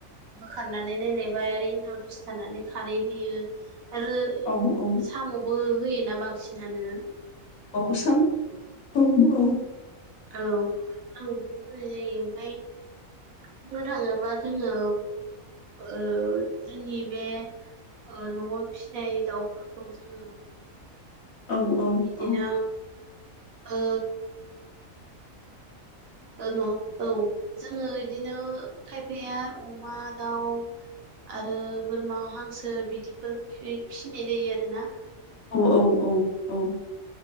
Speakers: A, on the right; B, on the left.
A: बोखारनानै नायलायबाय आरो इनाव दसे थानानै खारै होयो। आरो
B: औ औ
A: साम'बो होयोना बांसिनानो
B: औ सामु औ औ
A: औ आंबो होनाय जायो ओमफ्राय। बुंनो थाङोबा जोङो ओ जोंनि बे ओ न'आव फिसिनाय दाउफोरखौ जोङो
B: औ औ
A: बिदिनो
B: औ
A: ओ न' औ जोङो इदिनो खायफाया अमा दाउ आरो बोरमा हांसो बिदिफोर फि-फिसिनाय जायो आरोना।
B: औ औ औ औ